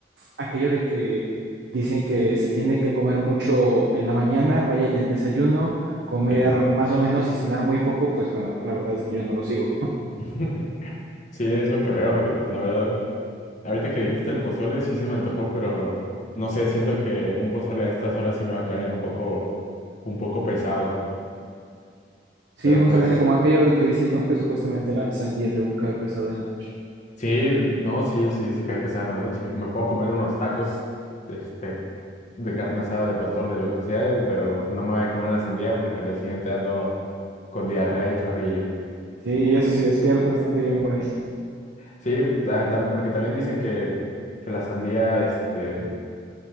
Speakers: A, on the right (about 80°); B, on the left (about 45°).
A: aquello de que dicen que se tiene que comer mucho en la mañana, vaya en el desayuno, comer
B: Sí.
A: más o menos y cenar muy poco, pues bueno, la verdad es que yo no lo sigo. <laughs>
B: <laughs> Sí, es lo que veo, y la verdad. Ahorita que dijiste el pozole, sí se me antojó, pero no sé, siento que un pozole a estas horas sí me va a caer un poco, un poco pesado.
A: Sí,
B: Pero
A: justamente
B: pues,
A: como aquello de que dicen, ¿no? Que supuestamente la sandía según cae pesada en la noche.
B: Sí, no, sí, sí, sí cae pesada en la noche. Me puedo comer unos tacos, este, de carne asada, de pastor, de lo que sea, eh, pero no me voy a comer una sandía porque al día siguiente ando con diarrea y chorrillo.
A: Sí, y eso sí despiertas, ¿no? Dirían por ahí.
B: Sí, ah, tam- porque también dicen que, que la sandía, este,